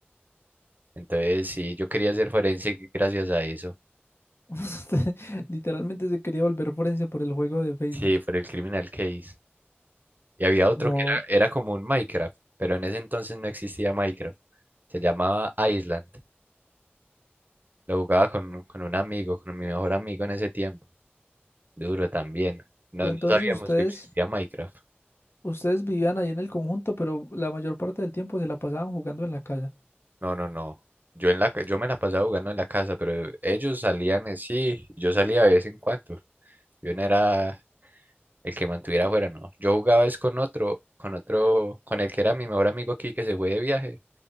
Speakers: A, on the right; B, on the left.
A: Entonces, sí, yo quería ser forense gracias a eso.
B: <laughs> literalmente se quería volver forense por el juego de Facebook.
A: Sí, por el Criminal Case. Y había otro
B: No,
A: que era, era como un Minecraft, pero en ese entonces no existía Minecraft. Se llamaba Island. Lo jugaba con, un- con un amigo, con mi mejor amigo en ese tiempo. Duro también. No,
B: pero
A: no
B: entonces
A: sabíamos
B: ustedes,
A: que existía Minecraft.
B: ustedes vivían ahí en el conjunto, pero la mayor parte del tiempo se la pasaban jugando en la casa.
A: No, no, no. Yo, en la, ca- yo me la pasaba jugando en la casa, pero ellos salían, eh, sí, yo salía de vez en cuando. Yo no era el que mantuviera afuera, no. Yo jugaba es con otro, con otro, con el que era mi mejor amigo aquí que se fue de viaje.